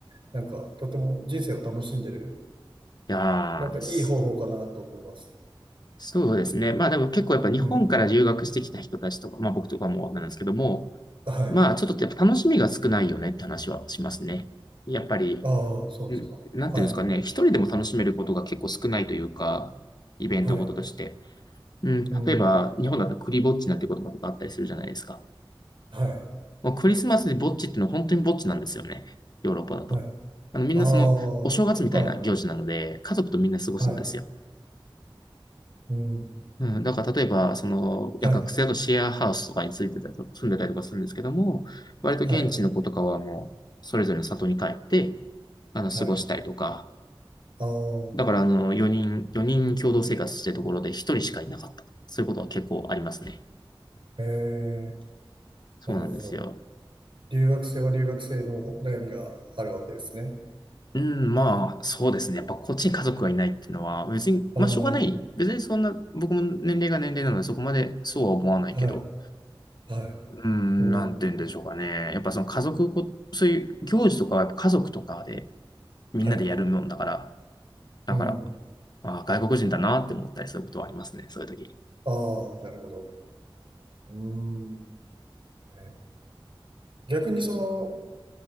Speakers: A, on the right; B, on the left.
A: なんか、とても人生を楽しんでる、
B: いやー、
A: なんかいい方法かなと思います。
B: すそうですね。まあでも結構やっぱ日本から留学してきた人たちとか、
A: うん。
B: まあ僕とかもなんですけども、
A: はい。
B: まあちょっとやっぱ楽しみが少ないよねって話はしますね。やっぱり
A: ああ、そうですか。
B: うんなんていうんですかね、
A: はい。
B: 一人でも楽しめることが結構少ないというか、イベントごととして。
A: はい。
B: うん、例えば、
A: うん。
B: 日本だとクリぼっちなんて言葉とかあったりするじゃないですか。
A: はい。
B: もうクリスマスでぼっちっていうのは本当にぼっちなんですよね。ヨーロッパだと。
A: はい。
B: あの、みんなその、
A: ああ、はい、
B: お正月みたいな行事なので、家族とみんな過ごすんですよ。
A: はい、うん、
B: うん、だから例えば、その、
A: はい、
B: いや、学生だとシェアハウスとかについてたりと、住んでたりとかするんですけども、割と現地の子とかはもう、
A: はい、
B: それぞれの里に帰って、あの、過ごしたりとか、
A: はい、ああ、
B: だから、あの、4人、4人共同生活してるところで1人しかいなかった。そういうことは結構ありますね。
A: ええ、
B: そうなんですよ。
A: なるほど。留学生は留学生の悩みがあるわけですね。
B: うん、まあ、そうですね。やっぱこっちに家族がいないっていうのは、別に、
A: ああ、
B: まあ、
A: は
B: しょうがない。別にそんな、僕も年齢が年齢なので、そこまでそうは思わないけど、
A: い、はい、
B: うん、
A: うん、
B: なんて言うんでしょうかね。やっぱその家族ご、そういう行事とかはやっぱ家族とかでみんなでやるもんだから、
A: はい、
B: だから、
A: うん、
B: あ、外国人だなって思ったりすることはありますね。そういう時に。
A: ああ、なるほど。うん、えー逆にその、